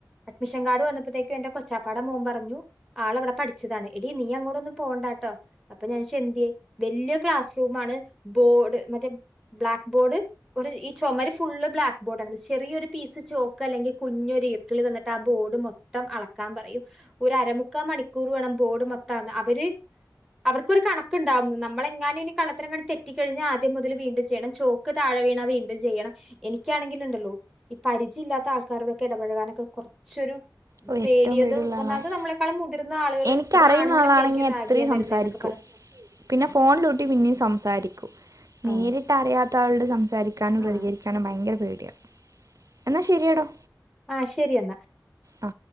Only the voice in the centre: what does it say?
അഡ്മിഷൻ കാർഡ് വന്നപ്പത്തേക്കും എന്റെ കൊച്ചാപ്പാടെ മോൻ പറഞ്ഞു ആള് അവടെ പഠിച്ചതാണ് എടി നീ അങ്ങോട്ടൊന്നും പോണ്ടാട്ടോ അപ്പം ഞാനോയ്ച്ച് എന്ത്യെ വെല്ല്യ ക്ലാസ് റൂമാണ് ബോർഡ് മറ്റേ ബ്ലാക്ക് ബോർഡ് ഒരു ഈ ചൊമര് ഫുള്ള് ബ്ലാക്ക് ബോർഡാണ് ചെറിയൊരു പീസ് ചോക്ക് അല്ലെങ്കി കുഞ്ഞൊര് ഈർക്കിള് തന്നിട്ട് ആ ബോർഡ് മൊ ത്തം അളക്കാൻ പറിയും ഒരു അരമുക്കാ മണിക്കൂർ വേണം ബോർഡ് മൊത്തം അളന്ന് അവര് അവർക്കൊരു കണക്ക്ണ്ടാവും നമ്മളെങ്ങാനും ഇനി കള്ളത്തരങ്ങാനും തെറ്റി കഴിഞ്ഞാ ആദ്യം മുതല് വീണ്ടും ചെയ്യണം ചോ ക്ക് താഴെ വീണാ വീണ്ടും ചെയ്യണം എനിക്ക്യാണെങ്കില്ണ്ടല്ലോ ഈ പരിചില്ലാത്ത ആൾക്കാരോടൊക്കെ ഇടപഴകാനൊക്കെ കൊറ്ച്ചൊരു
പേടിയതു
ഒന്നാമത്
നമ്മളെക്കാളും മുതിർന്ന ആള്കള്
അത് ആണ്ങ്ങളൊക്ക്യായിരിക്ക്യും
റാഗെയ്യാൻ
വെരുന്നേന്നൊക്കെ
ആഹ്
ആഹ്.
ആഹ് ശരിയന്നാ